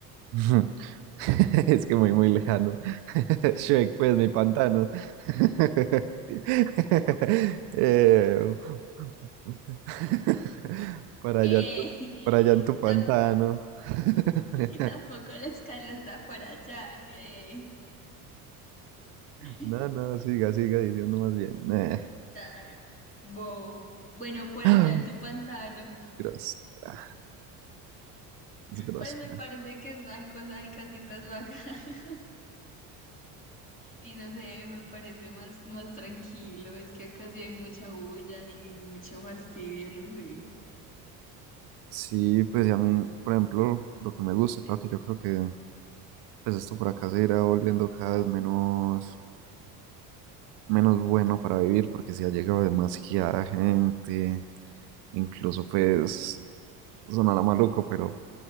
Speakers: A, on the right; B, on the left.
A: <laughs> <laughs> Es que muy, muy lejano. <laughs> Shrek, pues mi pantano. <laughs> Eh, <laughs> para
B: ¡Ey!
A: allá, en tu- para allá en tu pantano.
B: Tamp-
A: <laughs>
B: <laughs> tampoco la escala está por allá, ¡ey! <laughs>
A: No, no, siga, siga diciendo más bien. Eh. <gasps>
B: Ay, bo. Bueno, por
A: Ah,
B: allá en tu pantano,
A: Grosera, es grosera.
B: pues me parece que es, hay cosas, hay casitas bacanas <laughs> y no sé, me parece más, más tranquilo. Es que acá sí hay mucha bulla y mucho fastidio, no sé.
A: Sí, pues y a mí, por ejemplo, lo que me gusta, claro que yo creo que pues esto por acá se irá volviendo cada vez menos. menos bueno para vivir porque si ha llegado demasiada gente, incluso pues sonará maluco, pero